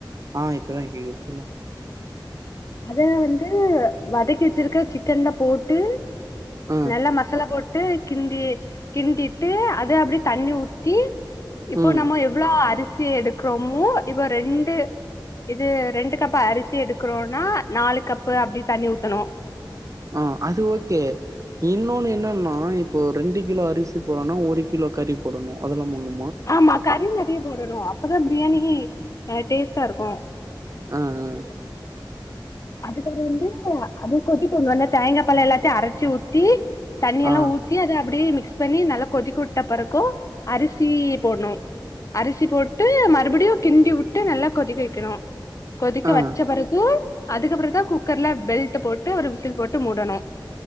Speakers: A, on the right; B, on the left.
A: ஆஹ் இப்பதான் கேகுது சொல்லுங்க
B: அதே வந்து வதக்கிவச்சிருக்க சிக் கெண்ட போட்டு
A: ஆ
B: நல்லா மசாலா போட்டு ட்டு கிந்தி கிந்திட்டு அதே அப்படிய தண்ணி ஊத்தி இப்போ
A: ம்
B: நம்ம எவ்வளோ அரிசி எடுக்கிறோமோ இப்ப ரெண்டு இது ரெண்டு பாரு <unintelligible> எடுக்கிறோனா நாளு கப்பு அப்படி தண்ணி ஊத்தணு
A: ஆஹ் அது ஓகே இன்னொன்னு என்னன்னா இப்போ ரெண்டு கிலோ அரிசி போடனா ஒரு கிலோ கறி போடணு அதலா முன்னு
B: ஆமா கரிங்க <unintelligible> போடணு அப்பதான் பிரியாணி டேஸ்ட்டா இருக்கு
A: உஹம் உம்
B: அதுக்கப்புறொ வந்து அது கொதிக்கு நல்லா தேங்கா பாலெலா எல்லாத்தையு அரைச்சி ஊத்தி தண்ணி
A: ஆ
B: எல்லாம்
A: ஆ
B: ஊற்றி அது அப்டியே மிக்ஸ் பண்ணி நல்லா கொதிக்க விட்ட பிறக்கு அரிசி போடணு அரிசி போட்ட மறுபடியு கிண்டி உட்டு நல்லா கொதிக்க வைக்கணு கொதிக்க
A: ஆ
B: வச்ச பிறகு அதுக்கப்புற தான் குக்கர்ல பெல்ட் போட்டு ஒரு விசில் போட்டு மூடணு